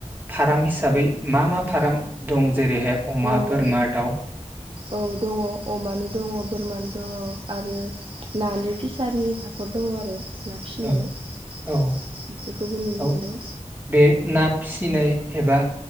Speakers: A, on the right; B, on the right.
A: फार्म हिसाबै हिसाबै मा मा फाराम दं जेरैहाय अमा
B: औ
A: बोरमा
B: औ
A: दाउ
B: औ दङ अमानि दङ बोरमानि दङ आरो नानि फिसारि हाखर दङ आरो ना फिसिनाय
A: औ
B: बेफोरखौबो
A: औ
B: नुनो
A: औ
B: मोनदों
A: बे ना फिसिनाय एबा